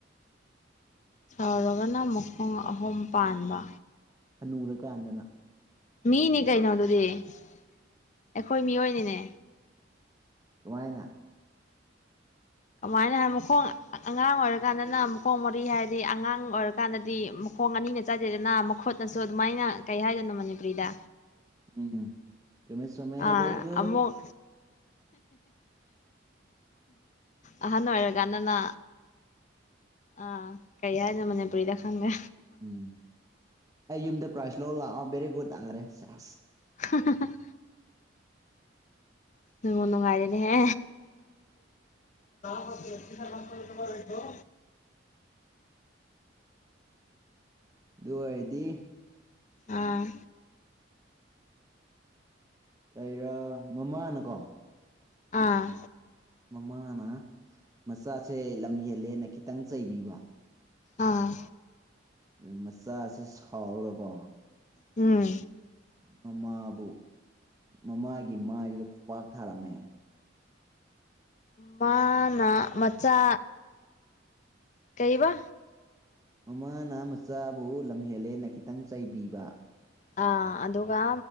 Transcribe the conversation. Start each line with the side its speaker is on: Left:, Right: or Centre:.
Left: ꯁꯥꯎꯔꯒꯅ ꯃꯈꯣꯡ ꯑꯍꯨꯝ ꯄꯥꯟꯕ
Right: ꯅꯨꯔ ꯀ ꯍꯥꯏꯗꯅ
Left: ꯃꯤꯅꯤ ꯀꯩꯅꯣꯗꯨꯗꯤ ꯑꯩꯈꯣꯏ ꯃꯤꯑꯣꯏꯅꯤꯅꯦ
Right: ꯀꯃꯥꯏꯅ
Left: ꯀꯃꯥꯏꯅ ꯍꯥꯏ ꯃꯈꯣꯡ ꯑꯉꯥꯡ ꯑꯣꯏꯔꯀꯥꯟꯗꯅ ꯃꯈꯣꯡ ꯃꯔꯤ ꯍꯥꯏꯔꯗꯤ ꯑꯉꯥꯡ ꯑꯣꯏꯔꯀꯥꯟꯗꯗꯤ ꯈꯣꯡ ꯑꯅꯤꯅ ꯆꯥꯗꯦꯗꯅ ꯃꯈꯨꯠꯅꯁꯨ ꯑꯗꯨꯃꯥꯏꯅ ꯀꯩ ꯍꯥꯏꯗꯣꯏꯅꯣ ꯃꯅꯤꯄꯨꯔꯤꯗ
Right: ꯎꯝ ꯆꯨꯝꯃꯦ ꯆꯨꯝꯃꯦ
Left: ꯑꯥ
Right: ꯕꯦꯔꯤ ꯒꯨꯗ
Left: ꯑꯃꯨꯛ ꯑꯍꯅ ꯑꯣꯏꯔ ꯀꯥꯟꯅꯅ ꯑꯥ ꯀꯔꯤꯌꯥꯅ ꯃꯅꯦ ꯄꯨꯨꯔꯤꯗ ꯈꯪꯒꯦ
Right: ꯎꯝ ꯑꯩ ꯌꯨꯝꯗ ꯄ꯭ꯔꯥꯏꯖ ꯂꯧ ꯂꯥꯛꯑꯣ ꯕꯦꯔꯤ ꯒꯨꯗ ꯑꯥꯔꯦ ꯑꯁ
Left: ꯍꯍꯍ ꯎꯉ ꯅꯨꯡꯉꯥꯏꯗꯅꯦ ꯍꯦ ꯀꯣ
Right: ꯑꯗꯨ ꯑꯣꯏꯗꯤ
Left: ꯑꯥ
Right: ꯀꯩꯔꯥ ꯃꯃꯥꯅꯀꯣ
Left: ꯑꯥ
Right: ꯃꯃꯥꯅ ꯃꯆꯥꯁꯦ ꯂꯝ ꯍꯦꯜꯂꯦꯅ ꯈꯤꯇꯪ ꯆꯩꯕꯤꯕ
Left: ꯑꯥ
Right: ꯑꯗꯨ ꯃꯆꯥꯁꯤ ꯁꯥꯎꯔꯒꯀꯣ
Left: ꯎꯝ
Right: ꯃꯃꯥꯕꯨ ꯃꯃꯥꯒꯤ ꯃꯥꯏꯗꯨꯗ ꯈꯨꯄꯥꯛ ꯊꯥꯔꯝꯃꯦ
Left: ꯃꯥꯅ ꯃꯆꯥ ꯀꯩꯕ
Right: ꯃꯃꯥꯅ ꯃꯆꯥꯕꯨ ꯂꯝꯍꯦꯜꯂꯦꯅ ꯈꯤꯇꯪ ꯆꯩꯥꯏꯕꯤꯕ
Left: ꯑꯥ ꯑꯗꯨꯒ